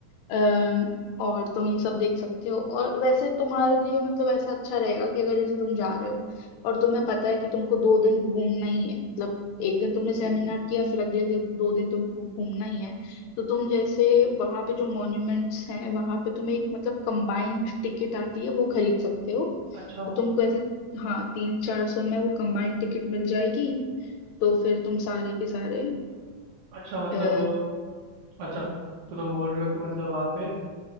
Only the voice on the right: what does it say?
तीन
अच्छा
अच्छा मतलब
अच्छा तो तुम बोल रहे हो कि मतलब वहाँ पे